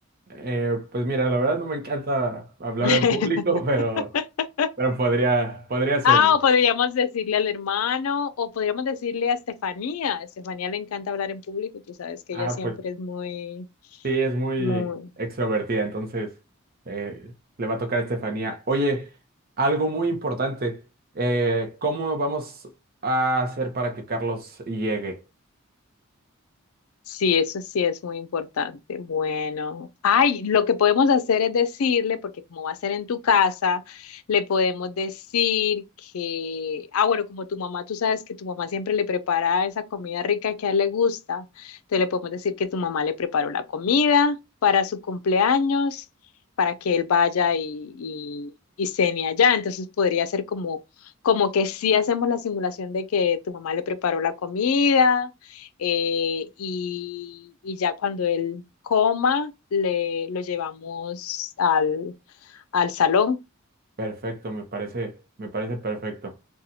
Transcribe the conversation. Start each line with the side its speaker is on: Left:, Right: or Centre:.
Right: Eh, pues mira, la verdad no me encanta hablar
Left: <laughs>
Right: en público, <laughs> pero, pero podría, podría hacerlo.
Left: Ah, o podríamos decirle al hermano, o podríamos decirle a Estefanía. A Estefanía le encanta hablar en público, y tú sabes que
Right: Ah,
Left: ella siempre
Right: pues.
Left: es muy,
Right: Sí, es muy
Left: muy,
Right: extrovertida, entonces eh, le va a tocar a Estefanía. Oye, algo muy importante, eh, ¿cómo vamos a hacer para que Carlos llegue?
Left: Sí, eso sí es muy importante. Bueno, ay, lo que podemos hacer es decirle, porque como va a ser en tu casa, le podemos decir que, ah, bueno, como tu mamá, tú sabes que tu mamá siempre le prepara esa comida rica que a él le gusta, entonces le podemos decir que tu mamá le preparó la comida para su cumpleaños, para que él vaya y, y, y cene allá. Entonces podría ser como, como que sí hacemos la simulación de que tu mamá le preparó la comida eh, y, y ya cuando él coma, le, lo llevamos al, al salón.
Right: Perfecto, me parece, me parece perfecto.